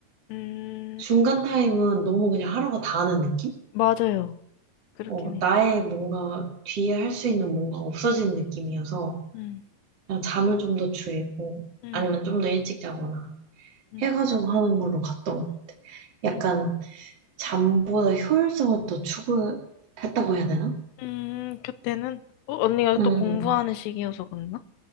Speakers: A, on the left; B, on the right.
A: 음,
B: 중간 타임은 너무 그냥 하루가 다하는 느낌?
A: 맞아요. 그렇긴
B: 어,
A: 해.
B: 나의 뭔가 뒤에 할 수 있는 뭔가 없어지는 느낌이어서,
A: 음,
B: 그냥 잠을 좀 더 줄이고,
A: 음,
B: 아니면 좀 더 일찍 자거나.
A: 음,
B: 해가지고 하는 걸로 갔던 것 같아. 약간
A: 음,
B: 잠보다 효율성을 더 추구했다고 해야 되나?
A: 음, 그때는, 어, 언니가
B: 음,
A: 또 공부하는 시기여서 그랬나?